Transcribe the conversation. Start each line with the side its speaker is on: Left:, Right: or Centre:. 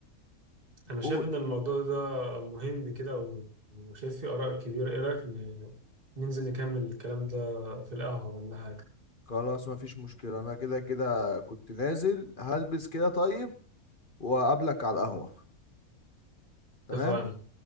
Right: أنا شايف
Left: قول
Right: إن الموضوع ده مهم كده و- وشايف فيه آراء كبيرة إيه رأيك ن- ننزل نكمل الكلام ده في القهوة ولا حاجة
Left: خلاص ما فيش مشكلة انا كده كده كنت نازل هلبس كده طيب وأقابلك على القهوة تمام
Right: اتفقنا